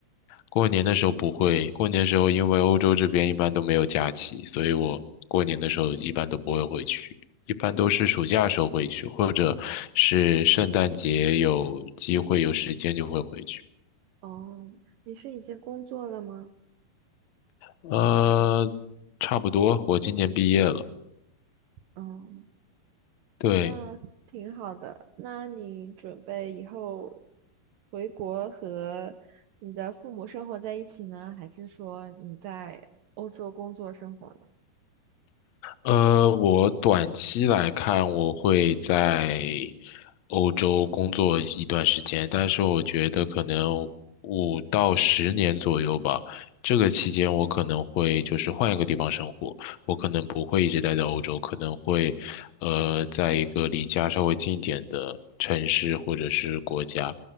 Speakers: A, on the left; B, on the right.
A: 过年的时候不会，过年的时候因为欧洲这边一般都没有假期，所以我过年的时候一般都不会回去，一般都是暑假的时候回去，或者是圣诞节有机会有时间就会回去。
B: 哦，你是已经工作了吗？
A: 呃，差不多，我今年毕业了，
B: 哦，
A: 对，
B: 那挺好的。那你准备以后回国和你的父母生活在一起呢，还是说你在欧洲工作生活呢？
A: 呃，我短期来看，我会在欧洲工作一段时间，但是我觉得可能五到十年左右吧。这个期间，我可能会就是换一个地方生活，我可能不会一直待在欧洲，可能会，呃，在一个离家稍微近一点的城市或者是国家。